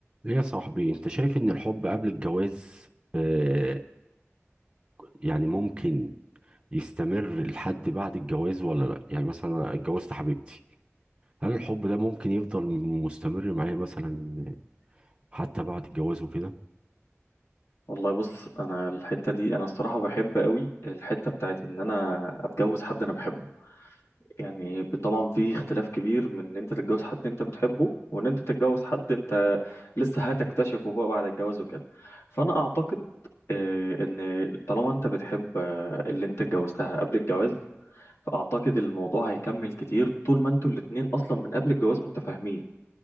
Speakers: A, on the right; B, on the left.
A: ايه يا صاحبي انت شايف ان الحب قبل الجواز آه يعني ممكن يستمر لحد بعد الجواز ولا لا يعني مثلا أنا اتجوزت حبيبتي هل الحب ده ممكن يفضل مستمر معايا مثلا حتى بعد الجواز وكده
B: والله بص انا الحته دي انا الصراحه بحب قوي الحته بتاعت ان انا اتجوز حد انا بحبه يعني طبعا في اختلاف كبير من ان انت تتجوز حد انت بتحبه وان انت تتجوز حد انت لسه هتكتشفه بقى بعد الجواز وكده فانا اعتقد آه، ان طالما انت بتحب آه، اللي انت اتجوزتها قبل الجواز فاعتقد الموضوع هيكمل كتير طول ما انتوا الاتنين اصلا من قبل الجواز متفاهمين